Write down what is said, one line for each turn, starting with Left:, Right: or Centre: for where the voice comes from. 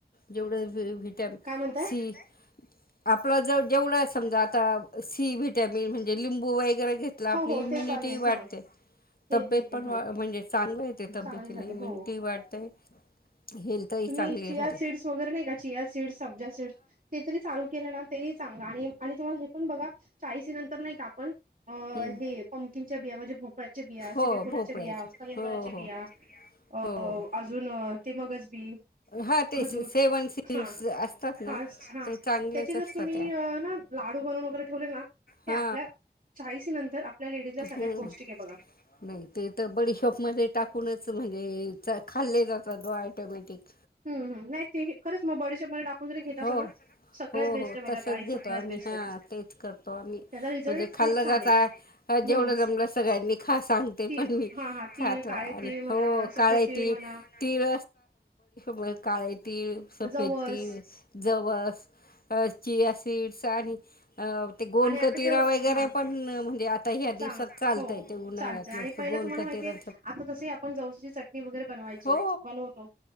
Left: जेवढ व्हिटॅमिन
Right: काय म्हणताय
Left: सी आपलं जर जेवढं समजा आता सी विट व्हिटॅमिन म्हणजे लिंबू वगैरे आपली
Right: हो हो
Left: इम्युनिटी
Right: ते चालू आहे
Left: वाढते
Right: हा ते
Left: तब्येत
Right: ते ते
Left: पण
Right: हा
Left: म्हणजे चांग येते तब्यतीला
Right: चांगली राहते
Left: इम्युनिटी
Right: हो
Left: वाढते हेल्थही
Right: तुम्ही
Left: चांगली
Right: चिया
Left: रा
Right: सीड्स वगैरे नाही का चिया सीड्स सब्जा ते तरी चालू केलं ना तरी चांगलं आणि आणि तुम्हाला हे पण बघा चाळीसी नंतर नाही का आपण अ
Left: हं
Right: हे पमकिंग बिया म्हणजे भोपळाच्या बिया सूर्यफुलाच्या
Left: हो भोपळ्याची
Right: बिया कलिंगळाच्या
Left: हो हो
Right: बिया अ
Left: हो
Right: अजून ते मगच बी
Left: हा ते
Right: खजूर
Left: सेवन सीड्स
Right: हा
Left: असतात ना
Right: हा हा
Left: ते चांगलेच
Right: त्याचे जर
Left: असतात
Right: तुम्ही
Left: त्या
Right: ना लाडू बनून वगैरे ठेवले ना, ते
Left: हा
Right: आपल्या चाळीसी नंतर आपल्या लेडीजला सगळ्यात
Left: हम
Right: पौष्टिक आहे बघा
Left: नाही ते तर बडीशॉप मध्ये टाकूनच म्हणजे च खाल्ले जातातो ॲटोमॅटिक
Right: हम् हम नाही ते खरंच मग बॉडीच्या मध्ये टाकून जरी घेत अस
Left: हो
Right: ना सगळ्यात
Left: हो
Right: बेस्ट
Left: हो
Right: आहे बघा
Left: तसच
Right: ताई सगळ्यात
Left: घेतो आम्ही
Right: बेस्ट
Left: हा
Right: आहे.
Left: तेच करतो आम्ही म्हणजे
Right: त्याचा रिझल्ट खूप
Left: खाल्ल
Right: छान
Left: जात
Right: आहे हम्म
Left: जेवढं जमलं सगळ्यांनी खा सांगते
Right: ती
Left: पण मी
Right: हा हा तीळ
Left: खात
Right: काळे
Left: आणि
Right: तीळ म्हणा
Left: हो
Right: सफेद
Left: काळे
Right: तीळ
Left: तीळ-तीळ
Right: म्हणा
Left: ब काळ तीळ सफेद
Right: जवस
Left: तीळ जवसचिया सिड्स आणि ते गोनकतिरा
Right: आणि आता तर
Left: वगैरे
Right: हा
Left: पण म्हणजे आता ह्या
Right: चांग
Left: दिवसात चालतय
Right: हो
Left: ते उन्हाळ्यात
Right: चालतय आणि
Left: नत
Right: पहिला
Left: गोनकतिरा
Right: तुम्हाला माहितीय आता तसे आपण जवसाची चटणी वगैरे बनवायचो
Left: हो
Right: बनवतो